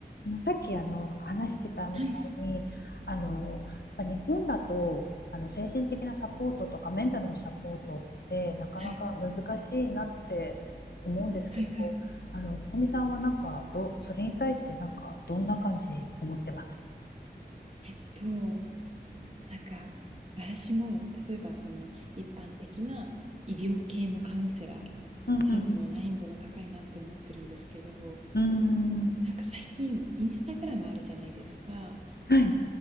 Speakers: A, on the left; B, on the right.
A: あのさっきあの話してたみたいにあのやっぱ日本だとあの精神的なサポートとかメンタルのサポートってなかなか難しいなって思うんですけどあの小見さんはなんかどそれに対してなんかどんな感じ思ってます
B: はい、はい、はい、はい。えっと、なんか、私も、例えば、その、一般的な医療系のカウンセラーっていうのは難易度が高いなって思ってるんですけど、
A: うんうんうんうーん
B: なんか最近、インスタグラムあるじゃないですか。
A: はい